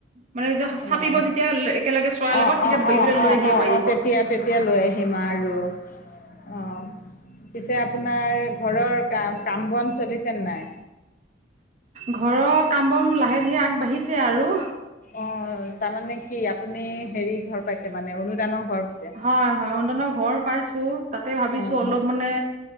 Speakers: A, on the right; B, on the left.
A: মানে যেতি
B: অঁ
A: চাপিব যেতিয়া একেলগে চৰাই
B: অঁ
A: লগত তেতিয়া
B: অঁ
A: ধৰি
B: অঁ অঁ
A: পেলাই
B: অঁ
A: লৈ আহিব
B: অঁ
A: পাৰিব।
B: অঁ তেতিয়া তেতিয়া লৈ আহিম আৰু অ, পিছে আপোনাৰ ঘৰৰ কাম, কাম বন চলিছেনে নাই?
A: ঘৰৰ কাম বন লাহে ধীৰে আগবাঢ়িছে আৰু।
B: অঁ, তাৰমানে কি আপুনি হেৰি ঘৰ পাইছে মানে অনুদানৰ ঘৰ পাইছে?
A: হয়, হয় অনুদানৰ ঘৰ পাইছো তাতে ভাবিছো
B: অঁ
A: অলপ মানে